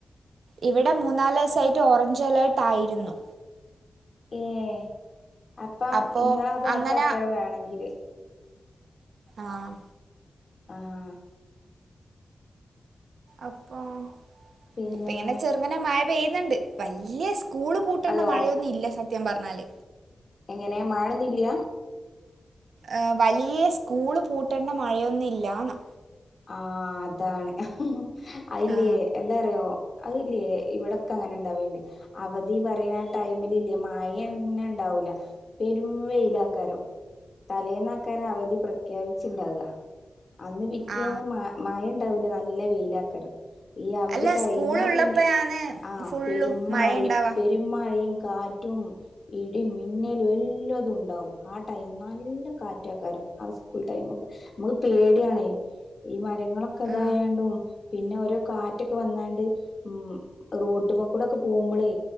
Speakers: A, on the right (about 80°); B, on the left (about 40°).
A: ഇവിടെ മൂന്നാല് വ്സായിട്ട് ഓറഞ്ചെലേട്ട് ആയിരുന്നു
B: ഏഹ് അപ്പൊ
A: അപ്പോ
B: ഇങ്ങളാ ഭാഗത്തെക്കര
A: അങ്ങനെ
B: വേണെങ്കില്
A: ആഹ്
B: ആഹ്
A: അപ്പം.
B: പിന്നെ
A: ഇപ്പ ഇങ്ങനെ ചെറുങ്ങനെ മഴ പെയ്യ്ന്ന്ണ്ട് വല്യസ് കൂള് പൂട്ടെണ്ട
B: ഹലോ
A: മഴയൊന്നില്ല സത്യം പറ്ഞ്ഞാല്
B: എങ്ങനെ മഴാ ട്ന്നില്ല
A: ഏഹ് വലിയ സ്കൂള് പൂട്ടേണ്ട മഴയൊന്നില്ലാന്ന്
B: ആഹ് അതാണ് അ ഹ് ഇല്ലേ
A: ആ
B: എന്താറ്യാെ അഹ് ഇല്ലേ ഇവിടെ ഒക്കെ അങ്ങനെ ഇണ്ടാവെൽണ്ട്. അവധി പറയ്ണത് ആ ടൈമില് ഇല്ലേ മയെ ന്നെ ഇണ്ടാവൂല പെരും വെയിലാക്കാരം തലേന്നാക്കാര അവധി പ്രഖ്യാപിച്ചിണ്ടാവ അന്ന് പി റ്റിയേന്ന്
A: ആ
B: മാ മയണ്ടാവൂല നല്ല വെയ്ലായ്ക്കാരം ഈ അവധി
A: അല്ല
B: കഴിഞ്ഞാ
A: സ്കൂള് ഉള്ളപ്പോഴാണ്
B: പിന്നെ ആഹ്
A: ഫുള്ളും
B: പെരുമഴെ
A: മഴ ഉണ്ടാവാ
B: പെരു മഴേം കാറ്റും ഇടി മിന്നലും എല്ലതുണ്ടാവും ആ ടൈം നല്ല കാറ്റക്കാരും ആ സ്കൂൾ ടൈമൊക്കെ നമ്ക്ക് പേടിയാണേ ഈ മരങ്ങളൊക്കെ
A: ആ
B: ദായോണ്ടും പിന്നെ ഓരോ കാറ്റൊക്കെ വന്നാണ്ട് ഉം റോട്ട്മ്മേക്കൂടൊക്കെ പോകുമ്പളേ